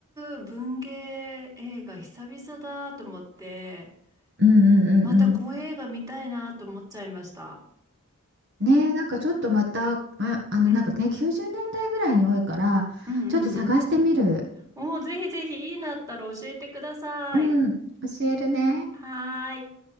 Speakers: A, on the right; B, on the right.
A: う文芸映画久々だと思って、
B: うんうんうんう
A: またこういう映画見たいなと思っちゃいました。
B: ん。ねえ、なんかちょっとまた、あ、あの、
A: うん。
B: なんかね、90年代ぐらいに多いから、
A: うんうん
B: ちょっと探してみる。
A: うん。おー、ぜひぜひいいなったら教えてください。
B: うん、教えるね。
A: はーい。